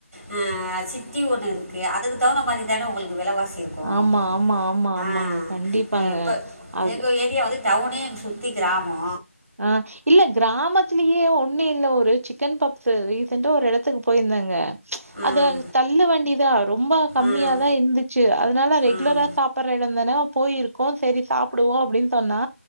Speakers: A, in the centre; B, on the right (about 75°).
A: ஆ அ சிட்டி ஒன்னு இருக்கு அதுக்கு தகுந்த மாரி தானே உங்களுக்கு வெலவாசி இருக் <unintelligible>
B: ஆமா, ஆமா, ஆமா,
A: ஆ
B: ஆமாங்க. கண்டிப்பாங்க.
A: அ இப்ப
B: அது
A: எங்க ஏரியா வந்துட் ட்டவுனு இங் சுத்தி கிராமோ
B: அ இல்ல கிராமத்து த்திலியே ஒன்னு இல்ல ஒரு சிக்கன் பப்ஸ்ஸு ரீசட்டா ஒரு எடத்துக்கு போயிருந்தேங்க ம்ச்
A: ம்
B: அது அங்க தள்ளு வண்டி தா ரொம்ப கம்மியாக
A: ம்
B: தா இருந்துச்சு அதனால ரெகுலரா
A: ம்
B: சாப்பிடடுற எடோந்தானே போயிருக் கோ செரி சாப்பிடுவோ அப்டின்னு சொன்னா